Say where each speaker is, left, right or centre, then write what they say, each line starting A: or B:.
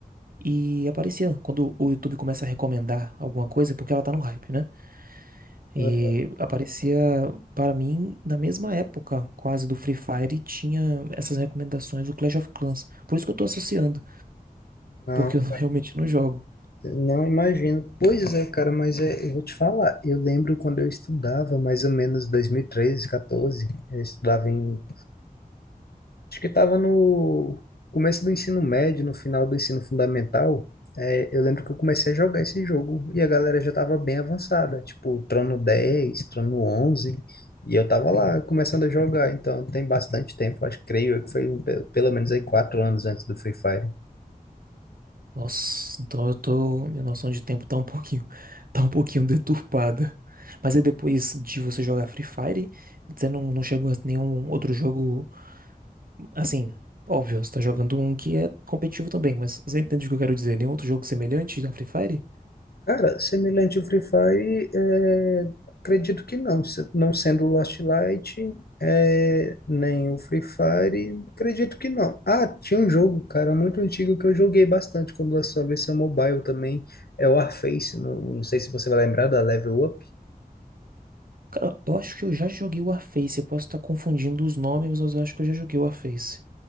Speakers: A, on the right (about 65°); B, on the left (about 80°).
A: e aparecia, quando o YouTube começa a recomendar alguma coisa, é porque ela tá no hype, né? E
B: Ah,
A: aparecia para mim na mesma época, quase do Free Fire, e tinha essas recomendações do Clash of Clans. Por isso que eu tô associando,
B: Não,
A: porque eu <laughs> realmente não jogo.
B: não imagino. Pois é, cara, mas é, eu vou te falar. Eu lembro quando eu estudava, mais ou menos 2013, 14, eu estudava em Acho que estava no começo do ensino médio, no final do ensino fundamental. É, eu lembro que eu comecei a jogar esse jogo e a galera já estava bem avançada, tipo Trono 10, Trono 11, e eu tava lá começando a jogar, então tem bastante tempo, acho, creio eu que foi um pe- pelo menos aí quatro anos antes do Free Fire.
A: Nossa, então eu tô, minha noção de tempo tá um pouquinho, tá um pouquinho deturpada. Mas aí depois de você jogar Free Fire, você não, não chegou a nenhum outro jogo, assim, óbvio, você tá jogando um que é competitivo também, mas você entende o que eu quero dizer? Nenhum outro jogo semelhante ao Free Fire?
B: Cara, semelhante ao Free Fire, é, acredito que não. Se- Não sendo o Lost Light, é, nem o Free Fire, acredito que não. Ah, tinha um jogo, cara, muito antigo que eu joguei bastante quando lançou a versão mobile também. É o Warface. Não, não sei se você vai lembrar da Level Up.
A: Cara, eu acho que eu já joguei o Warface. Eu posso estar confundindo os nomes, mas eu acho que eu já joguei o Warface.